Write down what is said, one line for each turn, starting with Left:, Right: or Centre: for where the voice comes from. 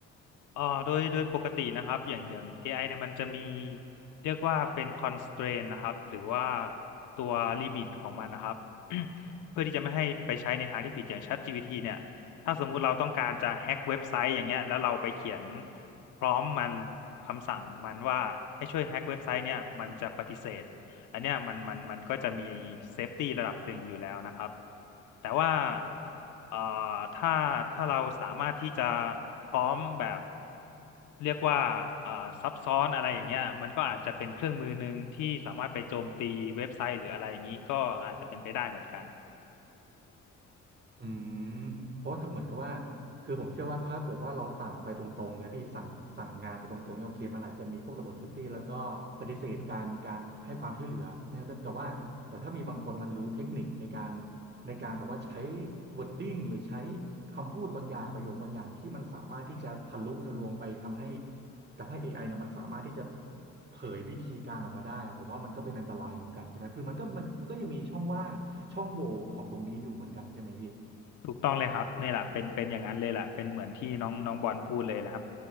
Left: เอ่อโดยโดยปกตินะครับอย่างอย่าง AI เนี่ยมันจะมีเรียกว่าเป็น constraint นะครับหรือว่าตัวลิมิตของมันนะครับ <clears throat> เพื่อที่จะไม่ให้ไปใช้ในทางที่ผิดอย่าง ChatGPT เนี่ยถ้าสมมุติเราต้องการจะแฮ็กเว็บไซต์อย่างเงี้ยแล้วเราไปเขียนพร้อมมันคำสั่งมันว่าให้ช่วยแฮ็กเว็บไซต์เนี่ยมันจะปฏิเสธอันเนี้ยมันมันมันก็จะมีเซฟตี้ระดับหนึ่งอยู่แล้วนะครับแต่ว่าเอ่อถ้าถ้าเราสามารถที่จะพร้อมแบบ เรียกว่าเอ่อซับซ้อนอะไรอย่างเงี้ยมันก็อาจจะเป็นเครื่องมือหนึ่งที่สามารถไปโจมตีเว็บไซต์หรืออะไรอย่างนี้ก็อาจจะเป็นไปได้เหมือนกัน
Right: อืมเพราะว่าถ้าเหมือนกับว่าคือผมเชื่อว่าถ้าเกิดว่าเราสั่งไปตรงๆเนี่ยพี่สั่งสั่งงานไปตรงๆเนี่ยโอเคมันอาจจะมีพวกระบบเซฟตี้แล้วก็ปฏิเสธการการให้ความช่วยเหลือเนี่ยแต่ว่าแต่ถ้ามีบางคนมันรู้เทคนิคในการในการแบบว่าใช้ wording หรือใช้คำพูดบางอย่างประโยคบางอย่างที่มันสามารถที่จะทะลุทะลวงไปทำให้ทำให้เอไอเนี่ยมันสามารถที่จะเผยวิธีการออกมาได้อะผมว่ามันก็เป็นอันตรายเหมือนกันใช่ไหมคือมันก็มันมันก็ยังมีช่องว่างช่องโหว่ของตรงนี้อยู่เหมือนกันใช่ไหมพี่
Left: ถูกต้องเลยครับนี่แหละเป็นเป็นอย่างนั้นเลยแหละเป็นเหมือนที่น้องน้องบอลพูดเลยแหละครับ